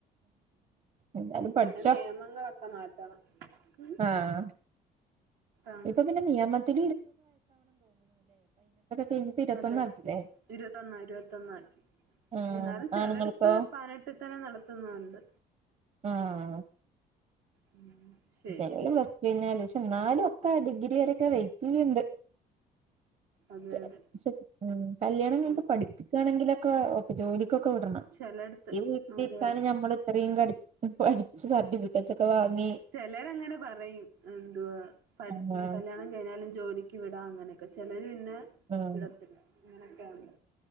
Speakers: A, on the right; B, on the right.
A: എന്താലും പഠിച്ചോ
B: പിന്നെ നിയമങ്ങളൊക്കെ മാറ്റണം ഉം.
A: ആഹ
B: ആണ്
A: ഇപ്പൊ പിന്നെ നിയമത്തി കഴിഞ്ഞിട്ട് ഇരുപത്തൊന്ന്
B: അതെ
A: ആക്കില്ലേ
B: ഇരുപത്തൊന്ന ഇരുപത്തൊന്ന ആാക്കി
A: ആഹ്
B: എന്നാലും ചിലടത്ത്
A: ആണുങ്ങൾക്കോ
B: പതിനെട്ടിൽ തന്നെ നടത്തുന്നുണ്ട്
A: ആഹ
B: ഉം ശരി
A: ചെല <unintelligible> പിഞ്ഞല് ക്ഷെ നാലും ഒക്കെ ടിഗ് ഇരൊക്കെ വെയിറ്റ് ചെയ്യണ്ട്
B: അതെ
A: <unintelligible>
B: അതെ
A: കല്യാണം കയിട്ട്
B: ഓക്കെ
A: പഠിപ്പിക്കണെങ്കിലൊക്കെ ഒെ ജോലിക്കൊക്കെ വിടണം
B: ചിലയിടത്ത്
A: ഈ വീട്ടിലിരിക്കാന്
B: അതെ അതെ
A: ഞമ്മൾ ഇത്രയും ക പഠിച്ച സർട്ടിഫിക്കറ്റ് ഒക്കെ വാങ്ങി
B: ചെലരങ്ങനെ പറയും എന്തുവാ പഠ
A: ആഹ്
B: കല്യാണം കഴിഞ്ഞാലും ജോലിക്ക് വിടാ അങ്ങനെക്കെ ചെലര് പിന്നെ
A: ആഹ്
B: വിടത്തില്ല അങ്ങനെയൊക്കെയാണ്